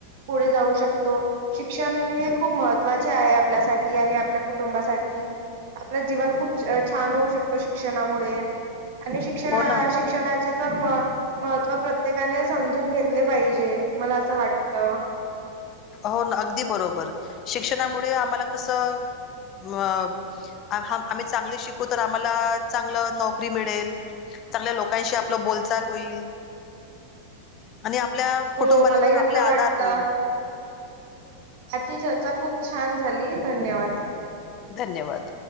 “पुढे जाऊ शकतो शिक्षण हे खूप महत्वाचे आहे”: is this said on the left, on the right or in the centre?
Right